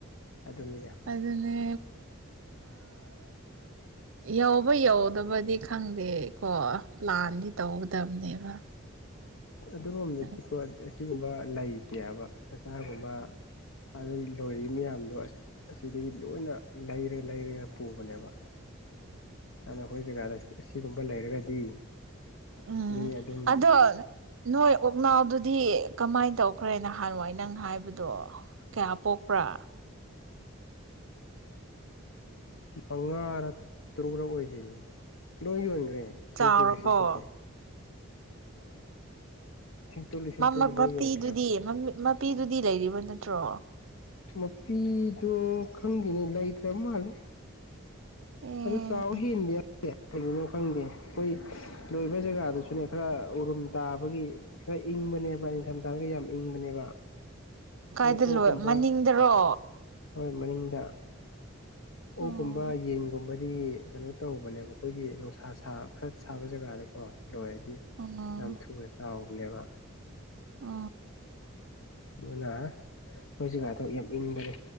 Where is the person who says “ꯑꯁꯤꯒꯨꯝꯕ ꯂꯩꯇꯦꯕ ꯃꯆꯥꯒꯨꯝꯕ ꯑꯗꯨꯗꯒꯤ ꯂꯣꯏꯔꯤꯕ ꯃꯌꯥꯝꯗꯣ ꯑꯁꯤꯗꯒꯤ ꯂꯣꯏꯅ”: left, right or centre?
Left